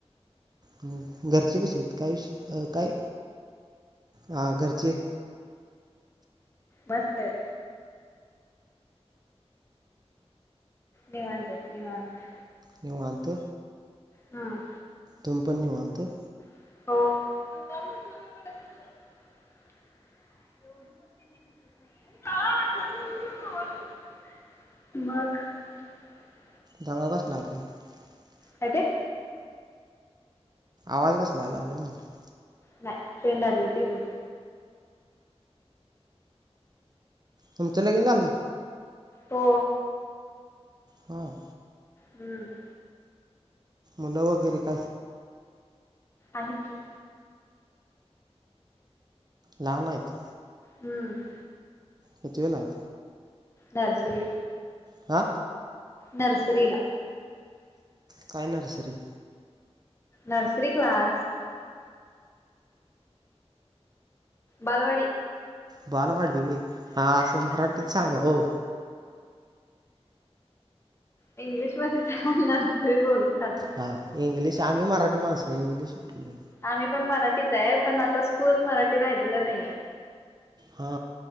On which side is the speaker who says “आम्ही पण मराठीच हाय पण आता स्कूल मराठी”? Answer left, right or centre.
Left